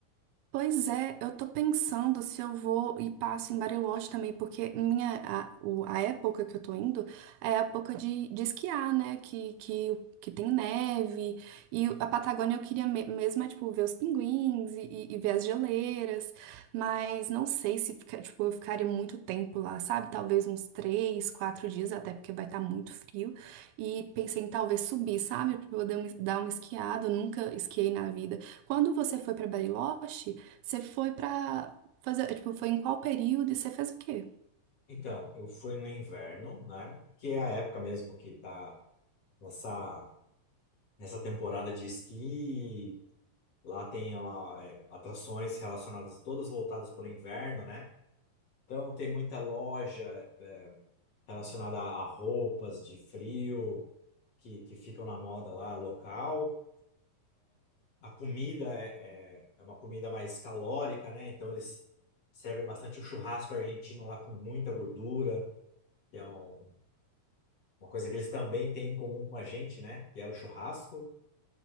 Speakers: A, on the right; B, on the left.
A: Pois é, eu tô pensando se eu vou e passo em Bariloche também, porque minha, a, o- a época que eu tô indo é a época de, de esquiar, né? Que, que, que tem neve. E a Patagônia eu queria me- mesmo, é, tipo, ver os pinguins e, e- e ver as geleiras. Mas não sei se fica, tipo, eu ficaria muito tempo lá, sabe? Talvez uns três, quatro dias, até porque vai estar muito frio. E pensei em talvez subir, sabe? Pra poder dar uma esquiada. Eu nunca esquiei na vida. Quando você foi para Bariloche, você foi pra fazer, tipo, foi em qual período e você fez o quê?
B: Então, eu fui no inverno, né? Que é a época mesmo que tá nessa, nessa temporada de esqui. Lá tem lá, é, atrações relacionadas, todas voltadas para o inverno, né? Então, tem muita loja relacionada a a roupas de frio que, que ficam na moda lá local. A comida é, é, é uma comida mais calórica, né? Então eles servem bastante o churrasco argentino lá com muita gordura, que é um- uma coisa que eles também têm em comum com a gente, né? Que é o churrasco.